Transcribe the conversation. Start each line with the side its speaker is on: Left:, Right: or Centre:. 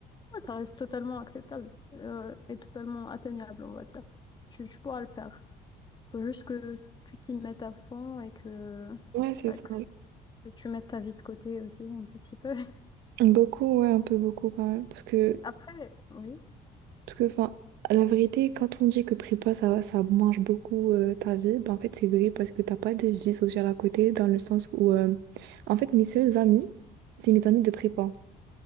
Left: oui, ça reste totalement acceptable euh, et totalement atteignable, on va dire. Tu, tu pourras le faire. Faut juste que tu t'y mettes à fond et que,
Right: Ouais, c'est
Left: bah,
Right: ça.
Left: que, que tu mettes ta vie de côté aussi un petit peu. <laughs>
Right: Beaucoup, ouais, un peu beaucoup quand même. Parce que,
Left: Après, oui.
Right: parce que, enfin, à la vérité, quand on dit que prépa, ça, ça mange beaucoup euh, ta vie, ben en fait, c'est vrai parce que t'as pas de vie sociale à côté, dans le sens où, euh, en fait, mes seuls amis, c'est mes amis de prépa.